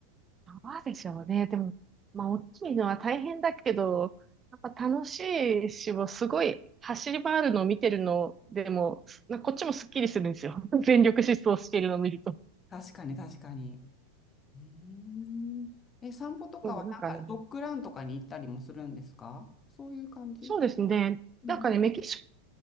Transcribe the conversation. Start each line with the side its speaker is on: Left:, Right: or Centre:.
Right: どうでしょうね。でも、まあ、大きいのは大変だけど、やっぱ楽しいし、もうすごい走り回るのを見てるのでも、なこっちもすっきりするんですよ。<laughs> 全力疾走しているのを見ると。
Left: 確かに確かに。うーん。え、散歩とかはなんかドッグランとかに行ったりもするんですかそういう感じ
Right: そうなんかねそうですね。
Left: うん。
Right: なんかね、メキシコ